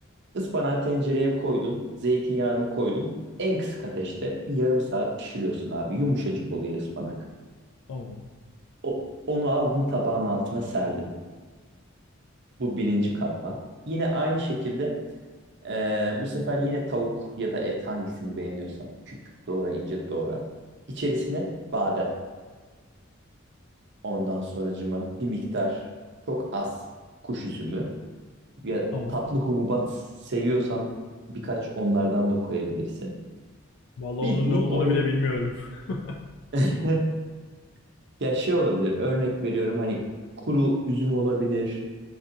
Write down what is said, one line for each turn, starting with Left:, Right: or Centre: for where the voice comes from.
Right: ıspanağı tencereye koydun. Zeytinyağını koydun. En kısık ateşte bir yarım saat pişiriyorsun abi. Yumuşacık oluyor ıspanak.
Left: Tamam.
Right: O, onu aldın tabağın altına serdin. Bu birinci katman. Yine aynı şekilde ee, bu sefer yine tavuk ya da et hangisini beğeniyorsan. Küp küp doğra ince doğra. İçerisine badem. Ondan sonracıma bir miktar çok az kuş üzümü ya
Left: Tamam.
Right: tatlı hububat seviyorsan birkaç onlardan da koyabilirsin.
Left: Vallahi
Right: Bildiğin
Left: onun ne olduğunu
Right: orayı
Left: bile bilmiyorum. <laughs>
Right: <laughs> ya şey olabilir örnek veriyorum hani kuru üzüm olabilir